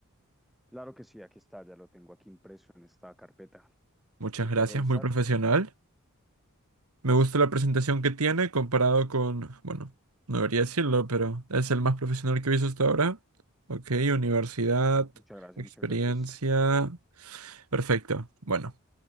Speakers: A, in the centre; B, on the right.
A: Claro que sí, aquí está, ya lo tengo aquí impreso en esta carpeta.
B: Muchas
A: ¿Lo puedes
B: gracias,
A: revisar?
B: muy profesional. Me gusta la presentación que tiene comparado con, bueno, no debería decirlo, pero es el más profesional que he visto hasta ahora. Ok, universidad,
A: Muchas gracias,
B: experiencia.
A: muchas gracias.
B: Perfecto. Bueno,